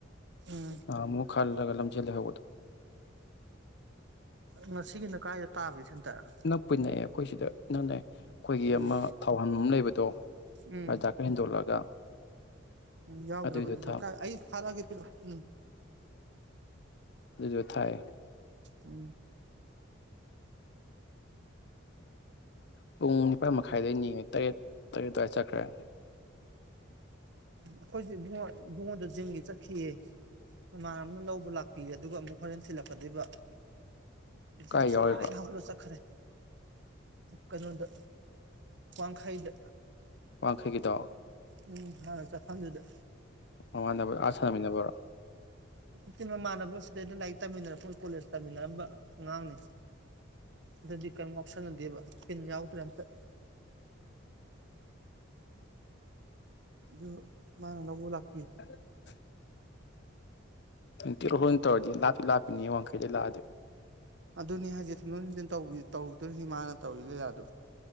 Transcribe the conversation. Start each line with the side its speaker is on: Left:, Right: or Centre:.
Right: ꯎꯝ
Left: ꯅꯍꯥꯟꯃꯨꯛ ꯈꯜꯂꯒ ꯂꯝꯖꯦꯜ ꯂꯩꯍꯧꯕꯗꯣ
Right: ꯉꯁꯤꯒꯤꯅ ꯀꯥꯏꯗ ꯇꯥꯒꯦ ꯁꯦꯟꯇꯔ
Left: ꯅꯛꯄꯨꯗꯤ ꯅꯛꯑꯦ ꯑꯩꯈꯣꯏ ꯁꯤꯗ ꯏꯅꯛ ꯅꯛꯑꯦ ꯑꯩꯈꯣꯏꯒꯤ
Right: ꯎꯝ
Left: ꯑꯃ ꯊꯥꯎꯍꯟꯐꯝ ꯑꯃ ꯂꯩꯕꯗꯣ
Right: ꯎꯝ
Left: ꯑꯗ ꯍꯦꯟꯗꯣꯛꯂꯒ
Right: ꯎꯝ ꯌꯥꯎꯗ꯭ꯔꯕ
Left: ꯑꯗꯨꯏꯗꯣ
Right: ꯑꯗꯨꯁꯨ
Left: ꯊꯥ
Right: ꯑꯩ ꯐꯥꯔꯑꯒꯦ ꯄꯤꯔꯛꯎ
Left: ꯑꯗꯨꯁꯨ ꯊꯥꯏ
Right: ꯎꯝ
Left: ꯄꯨꯡ ꯅꯤꯄꯥꯥꯟ ꯃꯈꯥꯏꯗꯒꯤꯅꯤ ꯇꯔꯦꯠ ꯇꯔꯦꯠ ꯑꯗꯨꯋꯥꯏꯗ ꯆꯠꯈ꯭ꯔꯦ
Right: ꯑꯩꯈꯣꯏꯁꯨ ꯏꯕꯨꯡꯉꯤ ꯏꯕꯨꯡꯉꯣꯟꯗꯣ ꯖꯤꯝꯒꯤ ꯆꯠꯈꯤꯑꯦ ꯫ ꯃꯃꯥꯟꯅꯕꯅ ꯂꯧꯕ ꯂꯥꯛꯄꯤꯔꯦ ꯑꯗꯨꯒ ꯑꯃꯨꯛ ꯍꯣꯔꯦꯟ ꯊꯤꯜꯂꯛꯀꯗꯣꯏꯕ ꯫
Left: ꯀꯥꯏ
Right: ꯉꯁꯥꯏꯅ
Left: ꯌꯥꯎꯔꯤꯕ
Right: ꯍꯧꯒꯠꯂ ꯆꯠ ꯈꯔꯦ ꯀꯩꯅꯣꯗ ꯋꯥꯡꯈꯩꯗ
Left: ꯋꯥꯡꯈꯩꯒꯤꯗꯣ
Right: ꯎꯝ ꯍꯥꯟꯅ ꯆꯠꯐꯝꯗꯨꯗ
Left: ꯃꯃꯥꯟꯅꯕ ꯑꯥ ꯁꯥꯟꯅꯃꯤꯟꯅꯕ꯭ꯔꯣ
Right: ꯅꯠꯇꯦ ꯃꯃꯥꯟꯅꯕ ꯁꯤꯗꯩꯗ ꯂꯥꯏꯔꯤꯛ ꯇꯝꯃꯤꯟꯅꯔ ꯄꯨꯟ ꯀꯣꯂꯦꯖ ꯇꯥꯃꯤꯟꯅꯔꯝꯕ ꯑꯉꯥꯡꯅꯤ ꯫ ꯑꯗꯨꯗꯤ ꯀꯔꯝ ꯉꯥꯎꯁꯟꯅꯗꯦꯕ ꯄꯤꯟ ꯌꯥꯎꯗ꯭ꯔꯦ ꯑꯝꯇ ꯫ ꯑꯗꯨ ꯃꯥꯅ ꯂꯧꯕ ꯂꯛ
Left: <unintelligible> ꯅꯨꯡꯇꯤ ꯇꯧꯗꯤ ꯂꯥꯛꯞꯄꯤ ꯂꯥꯛꯞꯄꯤꯅꯤ ꯋꯥꯡꯈꯩꯗ ꯂꯥꯛꯑꯗꯤ ꯫
Right: ꯑꯗꯨꯅꯤ ꯍꯥꯏꯁꯦ ꯊꯤꯟꯗꯣꯛ ꯊꯤꯡꯖꯤꯟ ꯇꯧꯗꯣꯏꯔꯤꯅꯤ ꯃꯥꯅ ꯇꯧꯔꯤ ꯂꯤꯂꯥꯗꯣ